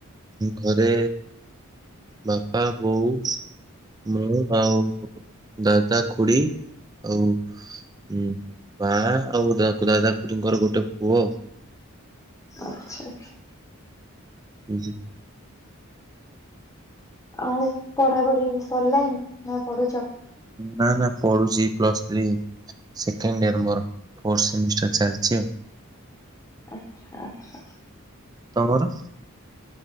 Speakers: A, on the right; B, on the left.
A: ଘରେ ବାପା ବୋଉ ମୁଁ ଆଉ ଦାଦା ଖୁଡି ଆଉ ହୁଁ ମା ଆଉ ଦାଦା ଖୁଡିଙ୍କର ଗୋଟେ ପୁଅ।
B: ଆଚ୍ଛା
A: ହୁଁ ହୁଁ
B: ଆଉ ପଢା ପଢି ସରିଲାଣି? ନା ପଢୁଛ।
A: ନା ନା ପଢୁଛି ପ୍ଲସ୍ ଥ୍ରୀ। ସେଣ୍ଡ ଏଅର ମୋର ଫୋର୍ଥ ସେମିମିଷ୍ଟର ଚାଲିଛି ଆଉ।
B: ଆଚ୍ଛା ଆଚ୍ଛା
A: ତମର